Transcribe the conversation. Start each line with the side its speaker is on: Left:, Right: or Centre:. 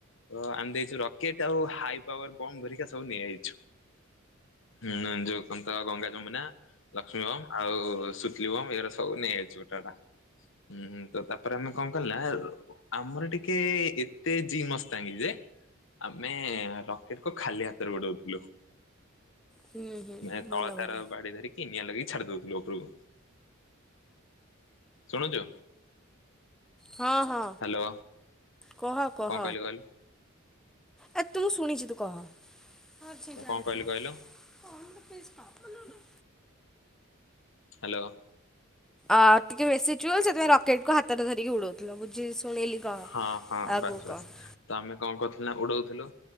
Left: ତ ଆମେ ଦେଇଛୁ ରକେଟ ଆଉ ହାଇ ପାୱାର ବମ୍ ଧରିକା ସବୁ ନିଆଯାଇଛୁ। ହୁଁହୁଁ ଯଉ ତ ଗଙ୍ଗା ଯମୁନା ଲକ୍ଷ୍ମୀ ବମ୍ ଆଉ ସୁତଲି ବମ୍ ଏଇର ସବୁ ନେଇଯାଇଛି ଗୋଟେଟା। ହୁଁ ହୁଁ ତ ତାପରେ ଆମେ କଣ କ ନା ଆମର ଟିକେ ଏତେ ଜି ମସ୍ତାଙ୍ଗୀ ଯେ ଆମେ ରକେଟ କ ଖାଲି ହାତରେ ଉଡଉଥିଲୁ।
Centre: ହୁଁ ହୁଁ
Left: ମାନ
Centre: ଭଲ
Left: ତଳ ତାର
Centre: ଭଲ।
Left: ବାଡି ଧରିକି ନିଆଁ ଲାଗି ଛାଡି ଦଉଥିଲୁ ଉପରକୁ। ଶୁଣୁଛୁ
Centre: ହଁ ହଁ।
Left: ହ୍ୟାଲୋ
Centre: କହ କହ।
Left: କଣ କହିଲି କହିଲୁ
Centre: ଏ ତୁ ସୁଣିଛି ତୁ କହ। <unintelligible>
Left: ମୁଁ କଣ କହିଲି କହିଲୁ ହ୍ୟାଲୋ।
Centre: ଆ ଟିକେ ବେୁ ସୋଇଁ ରକେଟ କୁ ହାତରେ ଧରିକି ଉଡଉଥିଲ ଶୁଣିଲି କହ
Left: ହଁ ହଁ
Centre: ଆଗକୁ
Left: ବାସ୍ ବାସ୍
Centre: କହ।
Left: ତ ଆମେ କଣ କରଥିଲୁ ନା ଉଡଉଥିଲୁ